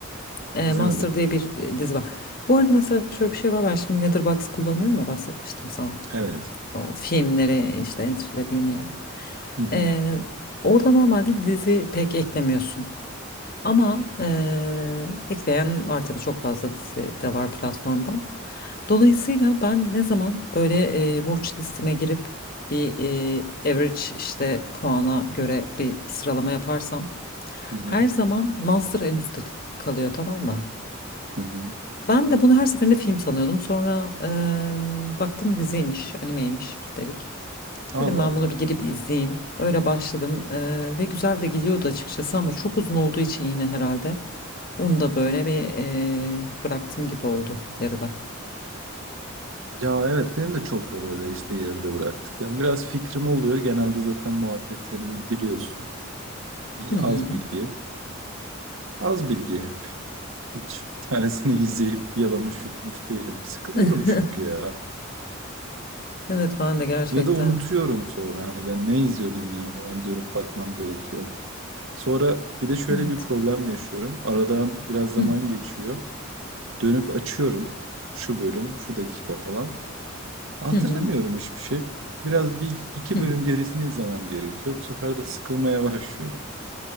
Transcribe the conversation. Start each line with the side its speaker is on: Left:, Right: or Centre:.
Left: Eee,
Right: İzlemedim.
Left: Master diye bir e, dizi var. Bu arada mesela şöyle bir şey var. Ben şimdi Letterboxd kullanıyorum ya bahsetmiştim sana.
Right: Evet.
Left: O filmleri işte entrelediğim yer.
Right: Hı hı.
Left: Eee, orada normalde dizi pek eklemiyorsun. Ama eee, ekleyen var tabii çok fazla dizi de var platformda. Dolayısıyla ben ne zaman böyle e, watch listeme girip bir e, average işte puana göre bir sıralama yaparsam
Right: Hı hı.
Left: her zaman Monster en üstte kalıyor tamam mı?
Right: Hı hı.
Left: Ben de bunu her seferinde film sanıyordum. Sonra e, baktım diziymiş, animeymiş üstelik.
Right: Allah
Left: Dedim ben
Right: Allah.
Left: bunu bir girip izleyeyim. Öyle başladım e, ve güzel de gidiyordu açıkçası ama çok uzun olduğu için yine herhalde onu da böyle bir e, bıraktım gibi oldu yarıda.
Right: Ya evet benim de çok var öyle işte yarıda bıraktıklarım. Biraz fikrim oluyor. Genelde zaten muhabbetlerini biliyorsun. İyi,
Left: Hı
Right: Az bilgi. Az bilgi hep. Hiç bir tanesini <laughs> izleyip yalamış yutmuş değilim. Sıkılıyorum
Left: hı.
Right: çünkü
Left: <laughs>
Right: ya.
Left: Evet ben de gerçekten.
Right: Ya da unutuyorum sonra. Hani ben ne izliyordum ya falan dönüp bakmam gerekiyor. Sonra bir de şöyle
Left: Evet.
Right: bir problem yaşıyorum. Aradan biraz zaman
Left: Hı
Right: geçiyor. Dönüp açıyorum. Şu bölüm, şu dakika falan. Hatırlamıyorum
Left: hı hı
Right: hiçbir şey. Biraz bir iki
Left: hı.
Right: bölüm gerisini izlemem gerekiyor. Bu sefer de sıkılmaya <laughs> başlıyorum.